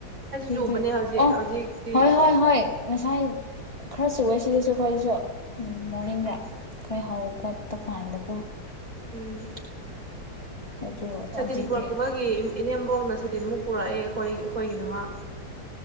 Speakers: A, on the left; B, on the right.
A: ꯁꯤꯖꯦ
B: ꯆꯨꯕꯅꯦ ꯍꯧꯖꯤꯛ
A: ꯑꯣ
B: ꯍꯧꯖꯤꯛꯇꯤ
A: ꯍꯣꯏ ꯍꯣꯏ ꯍꯣꯌ ꯉꯥꯁꯥꯏ ꯈꯔ ꯁꯨꯋꯦ ꯁꯤꯗꯁꯨ ꯑꯩꯈꯣꯏꯁꯨ ꯎꯝ ꯃꯣ꯭ꯔꯅꯤꯡꯡꯗ
B: ꯎꯝ
A: ꯑꯩꯈꯣꯏ ꯍꯧ ꯈꯔꯥ ꯇꯣꯡ ꯉꯥꯟ ꯅꯥꯀꯣ
B: ꯎꯝ
A: ꯑꯗꯨ
B: ꯁꯥꯇꯤꯟ
A: ꯍꯧꯖꯤꯛꯇꯤ
B: ꯄꯨꯔꯛꯇꯕꯒꯤ ꯏꯅꯦꯝꯕꯣꯛꯅ ꯁꯥꯇꯤꯟꯃꯨꯛ ꯄꯨꯔꯛꯑꯦ ꯑꯩꯈꯣꯏ ꯈꯣꯏꯒꯤꯅꯃ